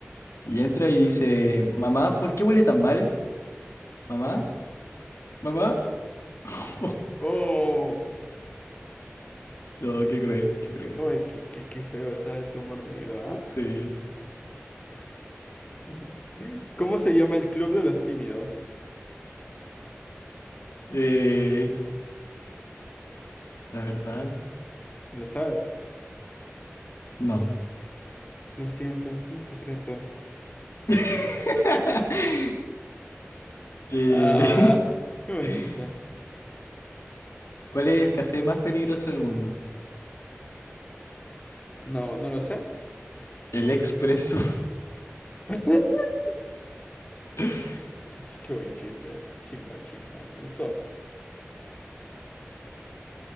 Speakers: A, on the left; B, on the left.
A: Y entra y dice, mamá, ¿por qué huele tan mal? Mamá, mamá. <laughs>
B: Oh,
A: No, qué cruel, qué cruel.
B: uy, qué, qué, qué feo está el humor negro, ¿ah?
A: Sí.
B: <laughs> ¿Cómo se llama el club de los tímidos?
A: Eh, la verdad,
B: ¿Te lo sabes?
A: no.
B: Lo siento, es un secreto.
A: <laughs> Eh,
B: Ah,
A: <laughs>
B: qué buen chiste.
A: ¿cuál es el café más peligroso del mundo?
B: No, no lo sé.
A: El expreso.
B: <laughs>
A: <laughs>
B: Qué, qué buen chiste. Chimba, chimba. Me gustó.